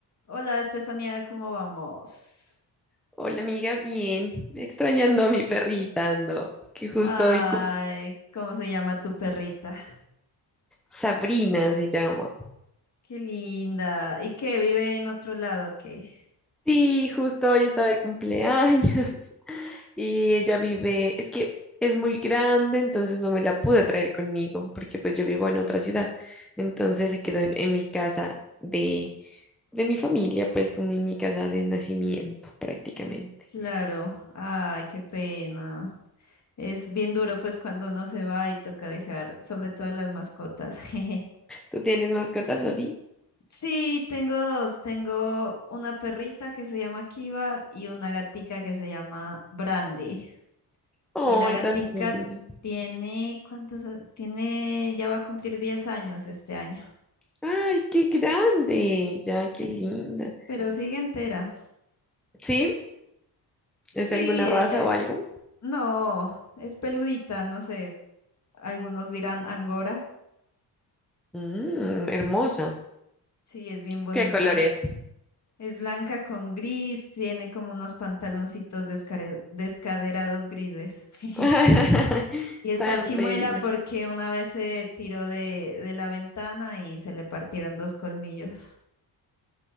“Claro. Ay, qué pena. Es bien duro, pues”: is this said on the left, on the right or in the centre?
Left